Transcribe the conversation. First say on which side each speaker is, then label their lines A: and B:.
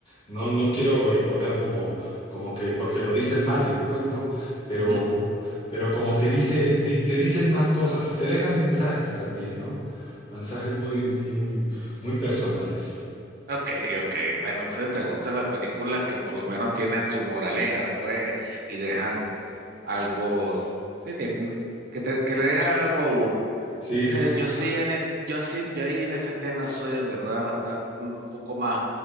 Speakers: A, on the left; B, on the right.
A: No, no quiero imponer como, como que, porque lo dice el Mario, pues, ¿no? Pero,
B: Ujú.
A: pero como que dice, di- te dicen más cosas y te dejan mensajes también, ¿no? Mensajes muy, muy, muy personales.
B: Ok, ok, bueno, sí, te gustan las películas que por lo menos tienen su moraleja, pues, y dejan algo, sí, tienen- que, te- que le deja algo a uno.
A: Sí,
B: Eh, Yo sí
A: ah,
B: en el, yo sí, yo ahí en ese tema soy en verdad bastante un poco más